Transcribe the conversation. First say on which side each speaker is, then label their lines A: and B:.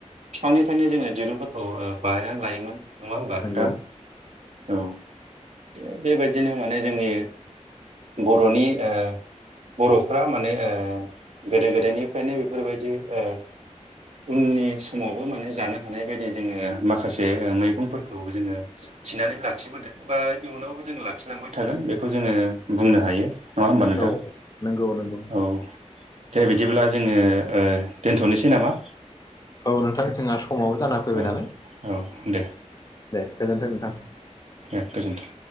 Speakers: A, on the right; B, on the left.
A: बिफांनिफ्रायनो जोङो दिरुंफोरखौ ओ बायनानै लायोमोन। नङा होमबा
B: नंगौ
A: नोंथां? औ थिग बेबायदिनो माने जोंनि बर'नि ओ बर'फ्रा माने ओ गोदो गोदायनिफ्रायनो बेफोरबायदि ओ उननि समावबो माने जानो हानाय बायदि जोङो माखासे मै गंफोरखौबो जोङो थिनानै लाखिबोदों बा इयुनावबो जोङो लाखिलांबाय थागोन बेखौ जोङो बुंनो हायो नङा होमबा नोंथां?
B: औ नंगौ नंगौ
A: औ। दे बिदिब्ला जोङो ओ दोनथ'नोसै नामा?
B: औ नोंथां जोंहा समावबो जाना फैबाय
A: औ
B: नालाय,
A: औ दे
B: दे गोजोनथों नोंथां।
A: दे गोजोन्थों।